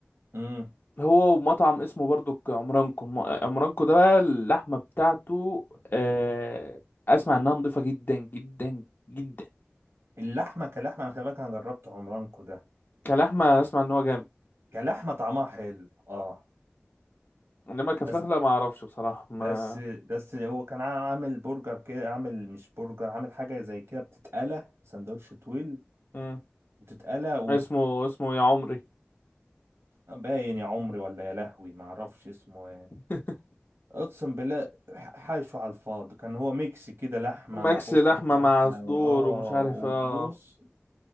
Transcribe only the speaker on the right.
امم
اللحمه كلحمه انا خلي بالك انا جربت عمرانكو ده
كلحمة طعمها حلو اه
بس
بس بس هو كان عامل برجر كده عامل مش برجر عامل حاجة زي كده بتتقلى سندوتش طويل
بتتقلى
وباين يا عمري ولا يا لهوي ما اعرفش اسمه ايه
اقسم بالله ح- حاشو على الفاضي كان هو ميكس كده لحمة
مع برجر
لحمة
اه
وبص